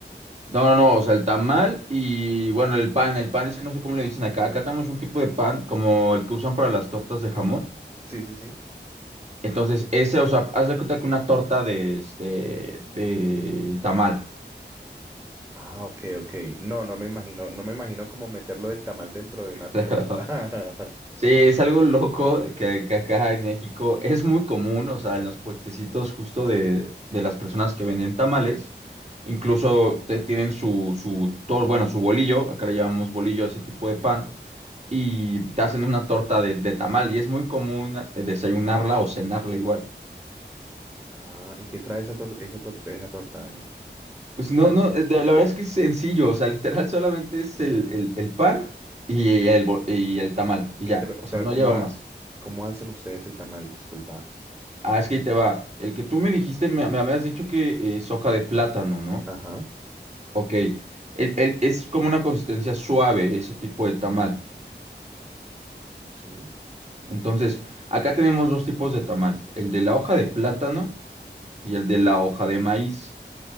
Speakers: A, on the right (about 40°); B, on the right (about 15°).
A: No, no, no, o sea, el tamal y bueno, el pan. El pan es que no sé cómo le dicen acá. Acá tenemos un tipo de pan como el que usan para las tortas de jamón.
B: Sí, sí, sí.
A: Entonces, ese, o sea, haz de cuenta que una torta de, este, de tamal. <laughs>
B: Ah, ok, ok. No, no me imagino, no me imagino cómo meterlo del tamal dentro de una torta.
A: Claro.
B: <laughs>
A: Sí, es algo loco que, que acá en México es muy común, o sea, en los puestecitos justo de, de las personas que venden tamales, incluso te- tienen su, su tor- bueno, su bolillo, acá le llamamos bolillo a ese tipo de pan, y te hacen una torta de, de tamal, y es muy común eh, desayunarla o cenarla igual.
B: Ah, ¿y qué trae esa torta, esa torta, esa torta, eh?
A: Pues no,
B: O sea,
A: no, eh, la verdad es que es sencillo, o sea, literal solamente es el, el, el pan y el, bo- y el tamal, y
B: y
A: ya,
B: pero,
A: o
B: pero
A: sea, no
B: ¿cómo,
A: lleva
B: ha-
A: más.
B: cómo hacen ustedes el tamal? Disculpa.
A: Ah, es que ahí te va. El que tú me dijiste, me, me habías dicho que eh, es hoja de plátano, ¿no?
B: Ajá,
A: Ok, el- el- es como una consistencia suave ese tipo de tamal.
B: sí,
A: Entonces, acá tenemos dos tipos de tamal, el de la hoja de plátano y el de la hoja de maíz.